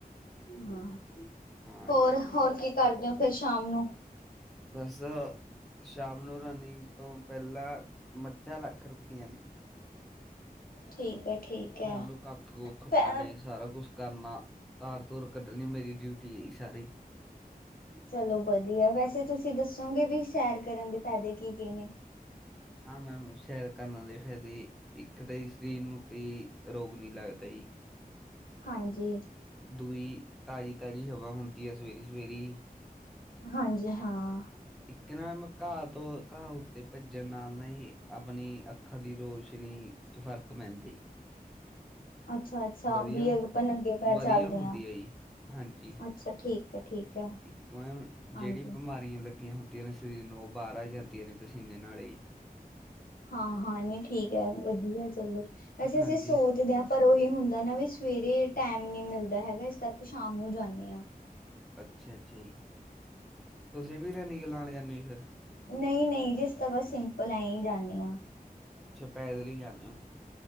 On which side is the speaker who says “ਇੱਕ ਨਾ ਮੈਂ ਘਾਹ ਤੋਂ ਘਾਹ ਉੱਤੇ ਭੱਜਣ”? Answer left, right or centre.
Centre